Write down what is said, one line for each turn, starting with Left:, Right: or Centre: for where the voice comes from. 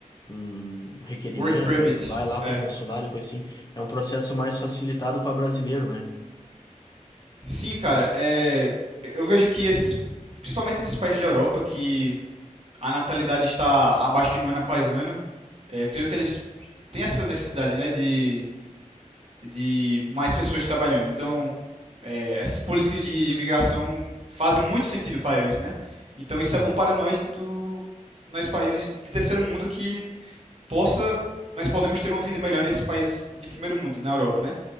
Left: um, um requerimento,
Right: work permit.
Left: aí tu vai lá pro
Right: É.
Left: consulado e coisa assim. É um processo mais facilitado para brasileiro, né?
Right: Sim, cara, é, eu vejo que esses, principalmente esses países da Europa, que a natalidade está abaixando ano após ano, é, creio que eles têm essa necessidade, né, de, de mais pessoas trabalhando. Então, é, essas políticas de imigração fazem muito sentido para eles, né? Então, isso é bom para nós do, nós países de terceiro mundo que possa nós podemos ter uma vida melhor nesse país de primeiro mundo, na Europa, né?